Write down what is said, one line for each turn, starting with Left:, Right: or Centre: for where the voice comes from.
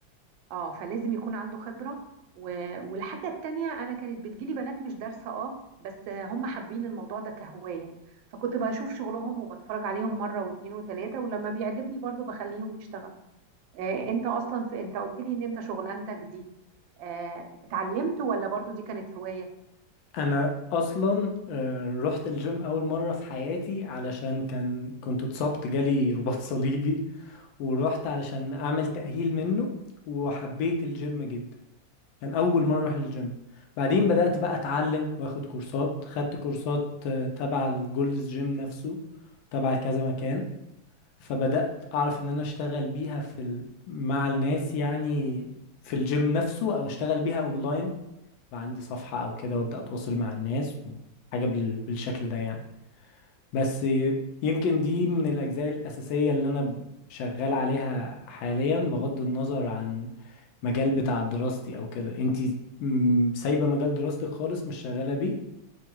Right: اه فلازم يكون عنده خبرة و... والحاجة التانية أنا كانت بتجيلي بنات مش دارسة اه بس هم حابين الموضوع ده كهواية فكنت بشوف شغلهم وبتفرج عليهم مرة واتنين وتلاتة ولما بيعجبني برضو بخليهم يشتغلوا آه انت أصلا في انت قلت لي إن انت شغلانتك دي آه اتعلمت ولا برضو دي كانت هواية؟
Left: انا اصلا آه، رحت الجيم اول مره في حياتي علشان كان كنت اتصبت جالي رباط <laughs> صليبي ورحت علشان اعمل تاهيل منه وحبيت الجيم جدا كان اول مره اروح الجيم بعدين بدات بقى اتعلم واخد كورسات خدت كورسات آه، تبع الجولدز جيم نفسه تبع كذا مكان فبدات اعرف ان انا اشتغل بيها في ال... مع الناس يعني في الجيم نفسه او اشتغل بيها اونلاين بقى عندي صفحة أو كده وأبدأ أتواصل مع الناس حاجة بال... بالشكل ده يعني بس يمكن دي من الأجزاء الأساسية اللي أنا شغال عليها حاليا بغض النظر عن مجال بتاع دراستي أو كده أنتي مم، سايبة مجال دراستك خالص مش شغالة بيه؟